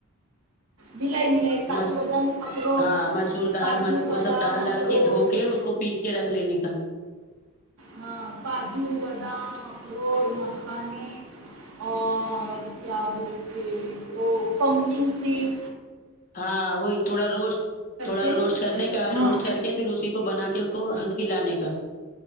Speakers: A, on the right (about 80°); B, on the left (about 40°).
A: ملائی ملائی کاجو
B: مس
A: بادام اخروٹ
B: ہاں مسور دال
A: کاجو
B: مس
A: بادام
B: وہ سب ڈال
A: اخروٹ
B: ڈال کے دھو کے کے اس کو پیس کے رکھ لینے کا
A: ہاں کاجو بادام اخروٹ مکھان اور کیا بولتے وہ پمپنگ سیٹ
B: ہاں وہی تھوڑا روسٹ تھوڑا
A: کے
B: روسٹ کرنے کا
A: ہاں
B: روسٹ کر کے پھر اسی کو بنا کے اس کو کھلانے کا